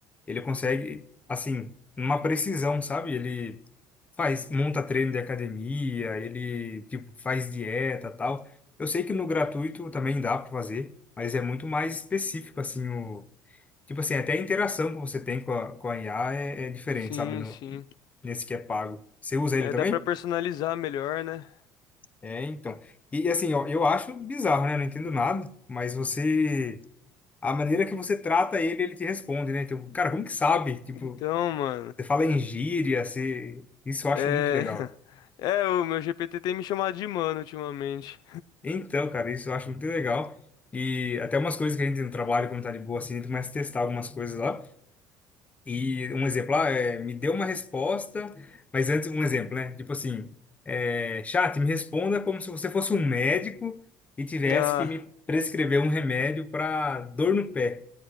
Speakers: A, on the left; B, on the left.
A: ele consegue, assim, uma precisão, sabe? Ele... faz, monta treino de academia, ele tipo faz dieta, tal. Eu sei que no gratuito também dá para fazer, mas é muito mais específico assim o tipo assim, até a interação que você tem com a, com a IA é, é diferente,
B: Sim,
A: sabe, no
B: sim.
A: nesse que é pago. Você usa
B: É,
A: ele também?
B: dá pra personalizar melhor, né?
A: É, então. E assim, ó, eu acho bizarro, né? Não entendo nada, mas você a maneira que você trata ele, ele te responde, né? Então, cara, como que sabe? Tipo,
B: Então, mano.
A: você fala em gíria, você... isso eu acho
B: É.
A: muito legal.
B: <laughs> É, o meu GPT tem me chamado de mano ultimamente.
A: Então, cara, isso eu acho muito legal. E até umas coisas que a gente no trabalho, quando tá de boa, assim, a gente começa a testar algumas coisas lá. E um exemplo lá é, me deu uma resposta, mas antes, um exemplo, né? Tipo assim, é, chat, me responda como se você fosse um médico e tivesse
B: Ah.
A: que me prescrever um remédio para dor no pé.